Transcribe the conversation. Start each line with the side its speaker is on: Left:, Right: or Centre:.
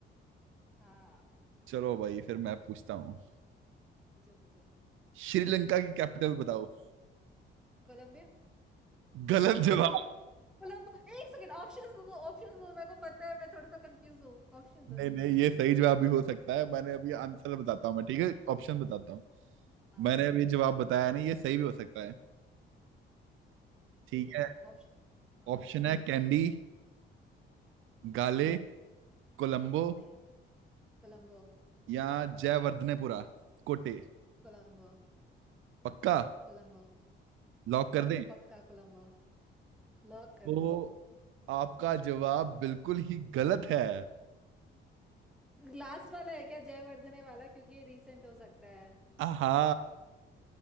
Centre: हाँ
Right: चलो भाई फिर मैं पूछता हूँ
Centre: पूछो पूछो
Right: श्रीलंका की कैपिटल बताओ
Centre: कोलंबिया
Right: गलत
Centre: को-
Right: जवाब
Centre: कोलंबो कोलंबो एक सेकंड ऑप्शंस दो ऑप्शंस दो मेरे को पता है मैं थोड़ा सा कंफ्यूज हूँ ऑप्शन दो
Right: नहीं
Centre: जल्दी
Right: नहीं
Centre: से
Right: ये सही जवाब भी हो सकता है मैंने अभी आंसर बताता हूँ मैं ठीक है ऑप्शन बताता हूँ
Centre: हाँ
Right: मैंने
Centre: हाँ
Right: अभी जवाब बताया नहीं ये सही भी हो सकता है ठीक
Centre: ठीक है
Right: है
Centre: ऑप्शन हाँ
Right: ऑप्शन
Centre: ऑप्शंस
Right: है
Centre: दो
Right: कैंडी गाले
Centre: नहीं
Right: कोलंबो
Centre: नहीं कोलंबो
Right: या जयवर्धनेपुरा कोटे
Centre: कोलंबो
Right: पक्का
Centre: कोलंबो
Right: लॉक कर
Centre: कोलंबो
Right: दें
Centre: पक्का कोलंबो लॉक कर
Right: तो
Centre: दो
Right: आपका जवाब बिल्कुल ही गलत है
Centre: लास्ट वाला है क्या जयवर्धने वाला क्योंकि ये रिसेंट हो सकता है
Right: आहा